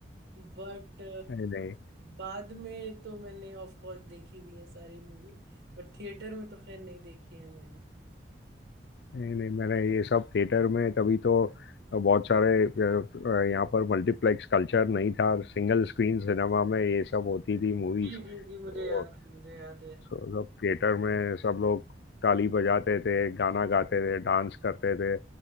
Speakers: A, on the right (about 60°); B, on the left (about 65°).
A: बट
B: नहीं
A: बाद में तो मैंने ऑफ कोर्स देखी हुई है सारी मूवी बट थिएटर में तो खैर नहीं देखी है मैंने
B: नहीं नहीं मैंने ये सब थिएटर में तभी तो बहुत सारे अ, यहाँ पर मल्टीप्लेक्स कल्चर नहीं था सिंगल स्क्रीन सिनेमा में ये सब होती थी मूवीज
A: जी जी जी मुझे
B: और
A: याद है मुझे याद है
B: तो सब थिएटर में सब लोग ताली बजाते थे गाना गाते थे डांस करते थे